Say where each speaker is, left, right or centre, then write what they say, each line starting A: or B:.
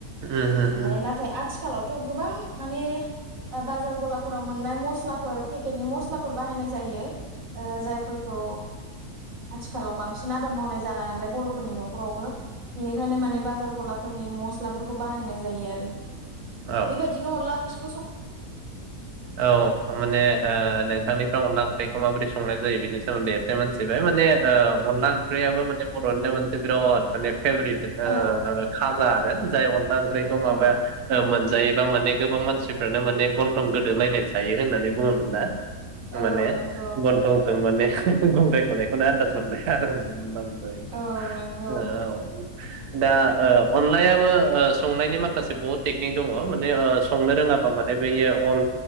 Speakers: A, on the right; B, on the right.
A: उम
B: ओमफाय
A: उम
B: नाथाय आथिखालावथ' गोबां माने ओ बाजार गला फोराव मोननाय मस्लाफोर पेकेटनि मस्लाफोर बाहायनाय जायो ओ जायफोरखौ आथिखालाव बांसिन आबाद मावनाय जाला नालाय बर'फोरनि न'खरावबो बेनि खायनो माने बाजारनि मसफोरखौ बाहायनाय जायो आरो
A: ओ
B: बेबायदिनो अनला ओंख्रि
A: औ माने दा नोंथांनिफ्राय अनला ओंख्रिखौ माबोरै संनाय जायो बिनि सोमोन्दै एसे मोनथिबाय माने ओ अनला ओंख्रियाबो माने बर'निनो मोनसे बिराद माने फेभरिट
B: औ
A: खाजा जाय अनला ओंख्रिखौ माबा
B: औ
A: मोनजायोबा माने गोबां मानसिफोरानो माने गन्थं गोदलायनाय जायो होननानै बुङोमोन ना
B: औ
A: माने
B: नंगौ
A: गन्थंजों माने गुंग्राय खनायखौनो आनन्दास मोनलाया आरो माने मोनबा मोनजायो
B: औ नंगौ
A: ओ दा ओ अनलायाबो ओ संनायनि माखासे बहुद टेकनिक दङ' माने ओ संनो रोङाबा माने बेयो अन